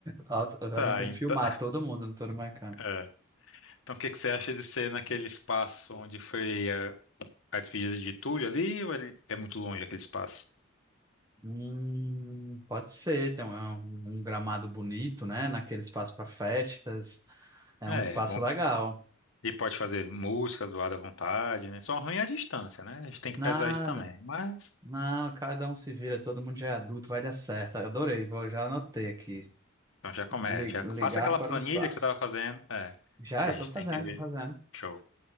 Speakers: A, on the right; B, on the left.
A: Alto- A
B: Tá,
A: gente tem
B: então.
A: que filmar todo mundo no touro mecânico.
B: <laughs> é. Então, o que que você acha de ser naquele espaço onde foi a, a despedida de Túlio ali? Ou ele- é muito longe aquele espaço?
A: Hum, pode ser, tem um, é um- um gramado bonito, né? Naquele espaço para festas. É
B: É,
A: um espaço
B: é bom.
A: legal.
B: que- E pode fazer música do lado à vontade, né? Só ruim é a distância, né? A gente tem que
A: Nada.
B: pesar isso também. Mas.
A: Não, cada um se vira, todo mundo já é adulto, vai dar certo. Eu Adorei, vou, já anotei aqui.
B: Então, já começa.
A: Li-
B: Já
A: Ligar
B: faça aquela
A: para
B: planilha
A: o espaço.
B: que você tava fazendo. É.
A: Já,
B: Que
A: eu
B: a gente
A: tô fazendo,
B: tem que ver.
A: tô fazendo.
B: Show.